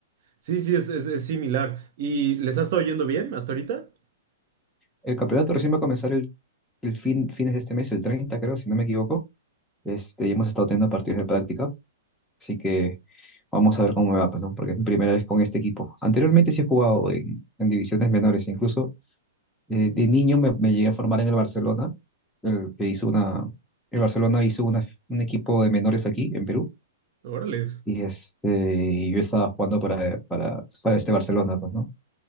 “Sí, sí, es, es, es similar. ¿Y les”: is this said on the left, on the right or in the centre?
Right